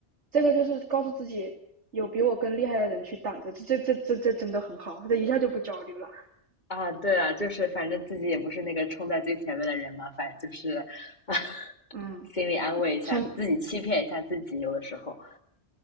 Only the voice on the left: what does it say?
啊，对啊，就是反正自己也不是那个冲在最前面的人嘛，反正就是 <laughs>
心里安慰一下自己，
欺骗一下自己，有的时候。